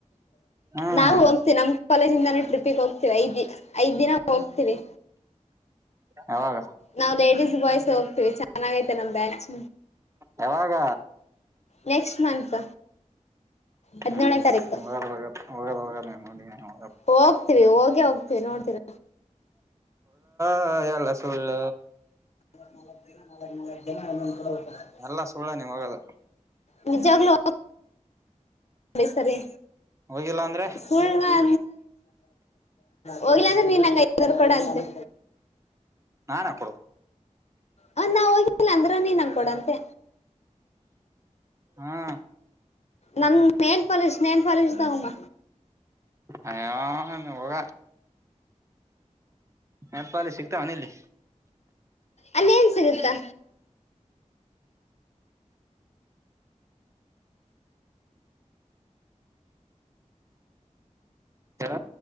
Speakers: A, on the right; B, on the left.
A: ಹ್ಮ್
B: ನಾವು ಹೋಗ್ತವಿ ನಮ್ ಕಾಲೇಜಿಂದಾನ ಟ್ರಿಪ್ಪಿಗೆ ಹೋಗ್ತವಿ ಐದ್ ಐದ್ ದಿನ ಹೋಗ್ತವಿ
A: ಯಾವಾಗ
B: ನಾವವು್ ಲೇಡಿಸಸ್ ಬಾಯ್ಸ್ ಹೋಗ್ತೀವಿ ಚೆನ್ನಾಗೈತೆ ನಮ್ ಬ್ಯಾಚ್.
A: ಯಾವಾಗ
B: ನೆಕ್ಸ್ಟ್ ಮಂತ್ ಹದಿನೇಳನ
A: ಹ್ಮ್
B: ತಾರೀಕು.
A: ಹೋಗದ್ ಹೋಗದ್ ಹೋಗದ್ ಹೋಗದ್ ನೋಡಿ
B: ಹೋಗ್ತಿರಿ ಹೋಗಿ ಹೋಗ್ ಮೇ ನೋಡ್ತೀರಾ.
A: ಹ ಎಲ್ಲ ಸುಳ್ಳ.
B: ಹ್ಮ್ಮ್. ನ ಮ
A: ಎಲ್ಲ ಸುಳ್ಳ ನೀವ್ ಹೋಗದ
B: ನಿ ಜಾಗಲ ಸರಿ.
A: ಹೋಗಿಲ್ಲ ಅಂದ್ರೆ
B: ಸಲ್ ಅ. ಹೋಗ್ಲ ಅಂದ್ರೆ ನೀನ್ಂಗಗೆ ಐದವರು ಕೊಡ ಅಂತೆ.
A: ನಾನ್ ಹ ಕೊಡ
B: ಹ ನಾ ಹೋಗಿದ್ದಿಲ್ಲ ಅಂದ್ರ ನೀನ್ಂಗಕ ಕೊಡಂತೆ
A: ಹಾ
B: ನನ್ ಮೇನ್ ಫಾಲಷ್ ನೇನ್ ಫಾಲಷ್ ತಗಮ್ಮ
A: ಅಯ ಹೋಗ ನೆಲ್ಪ ಅಲ ಸಿಗ್ತಾವನ ಇಲ್ಲಿ
B: ಅಲ್ಲಿ ಏನ್ ಸಿಗುತ್ತಾ.
A: ಹ